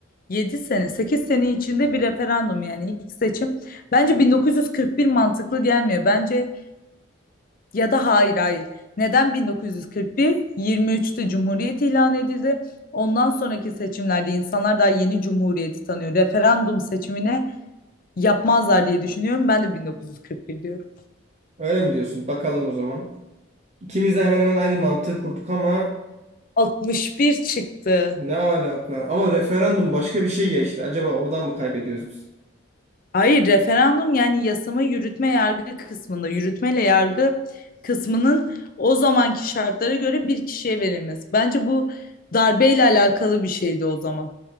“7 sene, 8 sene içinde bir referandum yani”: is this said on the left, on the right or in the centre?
Left